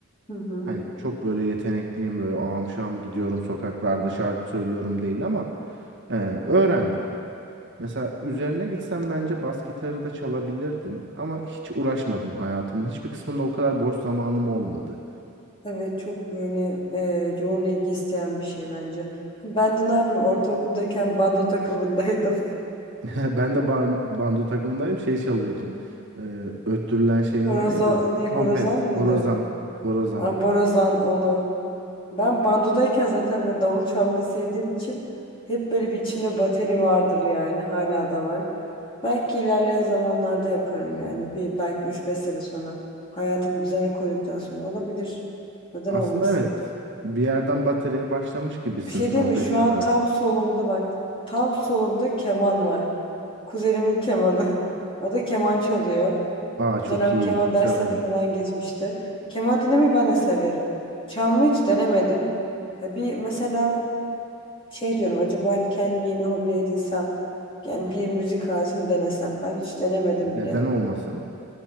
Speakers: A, on the left; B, on the right.
A: Hı hı.
B: Hani çok böyle yetenekliyim böyle ağam şam gidiyorum sokaklarda şarkı söylüyorum değil ama e, öğrendim. Mesela üzerine gitsem bence bas gitarı da çalabilirdim ama hiç uğraşmadım hayatımın. Hiçbir kısmında o kadar boş zamanım olmadı.
A: Evet çok böyle e, yoğun ilgi isteyen bir şey bence. <laughs> Ben de ne yapayım ortaokuldayken bando takımındaydım.
B: <laughs> Ben de bar- bando takımındayım şey çalıyordum.
A: <laughs>
B: Ee, öttürülen şeyin
A: Horozan
B: adı neydi?
A: ne horozan
B: Trompet,
A: mıydı?
B: borazan, borazan.
A: Ha, borazan onu. Ben bandodayken zaten böyle davul çalmayı sevdiğim için hep böyle bir içimde bateri vardır yani hala da var. Belki ilerleyen zamanlarda yaparım yani bir belki üç beş sene sonra hayatımı düzene koyduktan sonra olabilir. Neden
B: Aslında
A: olmasın?
B: evet bir yerden bataryaya başlamış gibisin
A: Bir şey
B: trompet
A: değil mi? Şu
B: çalarak.
A: an tam solumda bak tam solumda keman var. Kuzenimin kemanı. <laughs> O da keman çalıyor.
B: Aa çok
A: Bir dönem
B: iyi,
A: keman
B: çok
A: dersine
B: severim.
A: de falan gitmişti. Keman dinlemeyi ben de severim. Çalmayı hiç denemedim. Ha bir mesela şey diyorum acaba hani kendimi yeni hobi edinsem yani bir müzik aletini denesem ben hiç denemedim
B: Neden
A: bile.
B: olmasın?